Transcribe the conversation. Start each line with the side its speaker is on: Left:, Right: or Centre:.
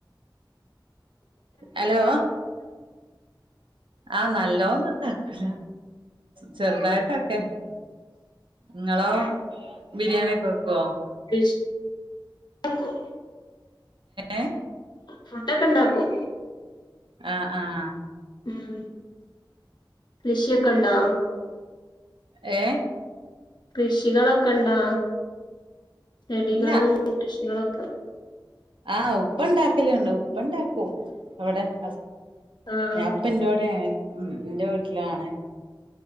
Right: ഹലോ. ആഹ് നല്ലോന്നോണ്ടാക്കൂല. ചെറുതായിട്ടെക്കെ. നിങ്ങെളോ ബിരിയാണിയൊക്കെ വെക്കുവോ?
Left: ഡിഷ് ണ്ടാക്കും.
Right: ഏ
Left: ഫുഡെക്കെ ഉണ്ടാക്കും.
Right: ആഹ് ആഹ്
Left: ഉം കൃഷിയൊക്കെ ഒണ്ടോ?
Right: ഏ
Left: കൃഷികളൊക്കെയൊണ്ടോ. ചെടികളും
Right: ഇല്ല
Left: കൃഷികളൊക്കെ.
Right: ആഹ് ഉപ്പ് ഉണ്ടാക്കലുണ്ട്. ഉപ്പ് ഒണ്ടാക്കും അവടെ ഹസ്
Left: ആഹ്
Right: ഞാപ്പി ന്റെ എൻ്റെവിടെയാണ് മ് എന്റെ വീട്ടിലാണ്.